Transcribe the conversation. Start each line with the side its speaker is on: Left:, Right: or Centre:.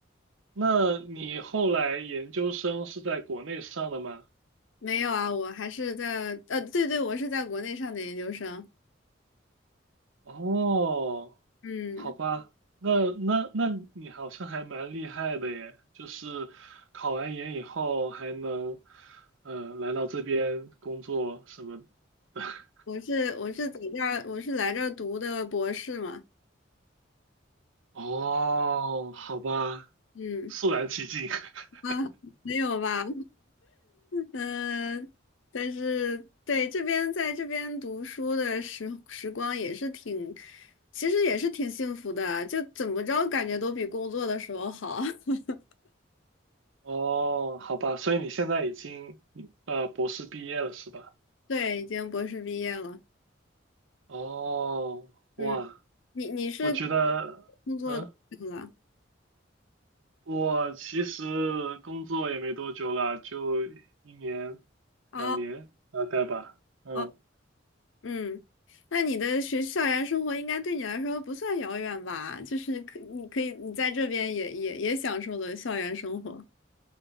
Right: 那你后来研究生是在国内上的吗？
Left: <laughs> 没有啊，我还是在，呃，对对，我是在国内上的研究生，
Right: 哦。
Left: 嗯，
Right: 好吧，那那那你好像还蛮厉害的耶，就是考完研以后还能，呃，来到这边工作什么的。<laughs>
Left: 我是我是在这儿，我是来这儿读的博士嘛，
Right: 哦，好吧，
Left: 嗯。
Right: 肃然起敬。<laughs>
Left: 啊，没有吧？嗯、但是对这边在这边读书的时时光也是挺，其实也是挺幸福的啊，就怎么着感觉都比工作的时候好。<laughs>
Right: 哦，好吧，所以你现在已经呃博士毕业了是吧？
Left: 对，已经博士毕业了。
Right: 哦，哇，
Left: 嗯，你你是
Right: 我觉得，
Left: 工作多久了？
Right: 嗯，我其实工作也没多久了，就一年
Left: 哦
Right: 两年大概吧。嗯。
Left: 哦，嗯，那你的学校园生活应该对你来说不算遥远吧？就是可你可以你在这边也也也享受了校园生活。